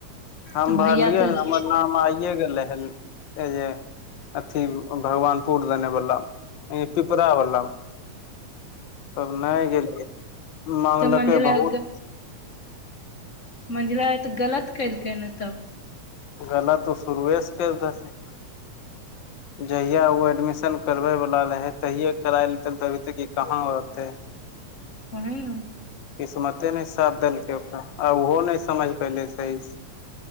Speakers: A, on the left (about 55°); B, on the left (about 35°).
A: हम
B: तऽ
A: भरलियै
B: भैया तऽ
A: हमर नाम आइए गेलै हन जे अथी भगवान पूर देने वला ई पिपरा बला तब नइ गेलियै माँगलकै
B: तऽ मंझिला
A: बहुत
B: मझिला ए तऽ गलत केलकै ने तब
A: गला तऽ शुरूए सँ कैर रहलै
B: <inaudible>
A: जहिया ओ एडमिशन करबेवला रहै तहियए कराय लेत तभी तक कहाँ रहतै
B: <unintelligible>
A: किस्मते नइ साथ देलकै ओकरा आ ओहो नइ समझ पयलै सही